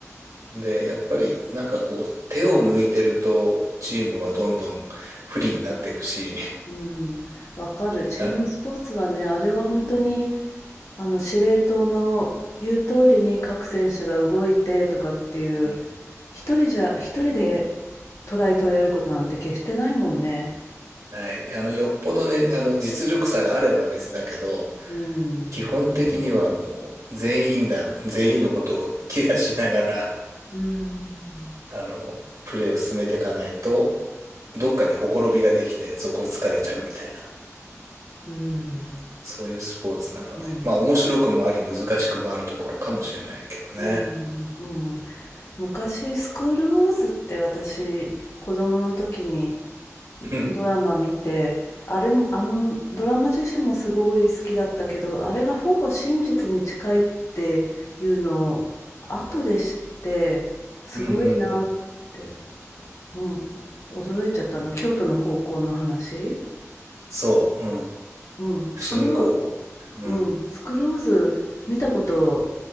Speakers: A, on the right; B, on the left.
A: で、やっぱりなんかこう、手を抜いてると、チームはどんどん不利になっていくし、
B: うん。わかる。チームスポーツはね、
A: あの、
B: あれは本当に
A: うん
B: あの司令塔の言う通りに各選手が動いてとかっていう
A: うん
B: 一人じゃ一人でトライ取れることなんて決してないもんね。
A: ない。あの、よっぽどね、あの、実力差があれば別だけど、
B: うん。
A: 基本的にはもう、全員が、全員のことをケアしながら、
B: うん、
A: あの、プレーを進めていかないと、どっかにほころびができて、そこを疲れちゃうみたいな、
B: うん、
A: そういうスポーツなので、
B: うん、
A: まあ、面白くもあり、難しくもあるところかもしれないけどね。
B: うん、うん。昔「スクールウォーズ」って私子供の時に
A: うん。
B: ドラマ見て、あれも、あのドラマ自身もすごい好きだったけど、あれがほぼ真実に近いっていうのを後で知って、すごいなって、
A: うんうんうん
B: うん、驚いちゃったあの。京都の高校の話。
A: そう、うん。
B: うん、
A: 伏見高校。
B: スクロ、
A: うん。
B: うん、スクローズ見たこと